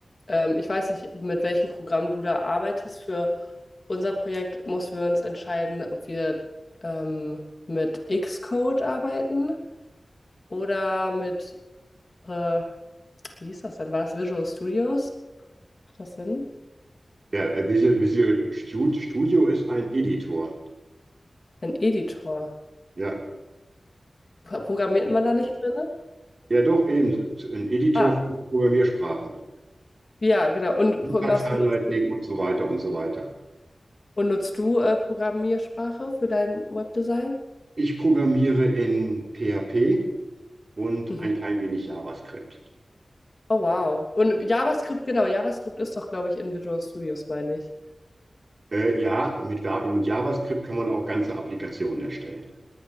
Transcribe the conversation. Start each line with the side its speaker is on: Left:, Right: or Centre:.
Left: Ähm, ich weiß nicht, mit welchem Programm du da arbeitest. Für unser Projekt mussten wir uns entscheiden, ob wir ähm, mit Xcode arbeiten oder mit, äh, wie hieß das denn? War das Visual Studios? Macht das Sinn?
Right: Ja, äh, Visual, Visual Stu- Studio ist ein Editor.
Left: Ein Editor.
Right: Ja.
Left: Programmiert man da nicht drin?
Right: Ja, doch, eben. Ein Editor
Left: Ah,
Right: für Programmiersprachen.
Left: Ja, genau. Und
Right: Syntax-Highlighting
Left: pro- machst, nutzt,
Right: und so weiter und so weiter.
Left: und nutzt du äh, Programmiersprache für dein Webdesign?
Right: Ich programmiere in PHP und
Left: Mhm.
Right: ein klein wenig JavaScript.
Left: Oh, wow. Und JavaScript, genau. JavaScript ist doch, glaube ich, in Visual Studios, meine ich.
Right: Äh, ja, mit, Wa- mit JavaScript kann man auch ganze Applikationen erstellen.